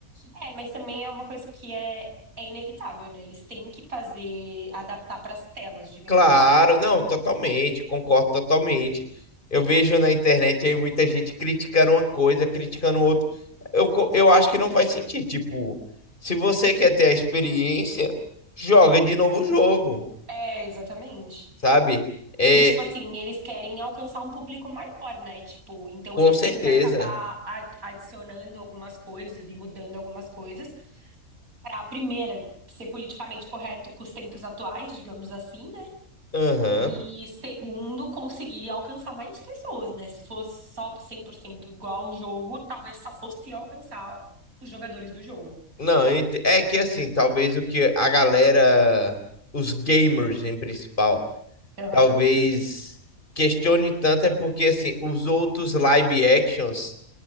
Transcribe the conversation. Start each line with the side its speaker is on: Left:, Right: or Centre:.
Right: É, mas também é uma coisa que é, é inevitável, né? Eles têm que fazer, adaptar para as telas, digamos
Left: Claro,
Right: assim, né?
Left: não, totalmente, concordo totalmente. Eu vejo na internet aí muita gente criticando uma coisa, criticando outra. Eu, co- eu acho que não faz sentido. Tipo, se você quer ter a experiência, joga de novo o jogo,
Right: É, exatamente.
Left: sabe? É,
Right: E, tipo assim, eles querem alcançar um público maior, né? Tipo, então
Left: com
Right: eles
Left: certeza.
Right: têm que acabar a- adicionando algumas coisas e mudando algumas coisas para, primeiro, ser politicamente correto com os tempos atuais, digamos assim, né?
Left: Aham.
Right: E, segundo, conseguir alcançar mais pessoas, né? Se fosse só 100% igual ao jogo, talvez só fosse alcançar os jogadores do jogo.
Left: Não, ent- é que assim, talvez o que a galera, os gamers em principal,
Right: Aham,
Left: talvez questione tanto é porque assim, os outros live actions.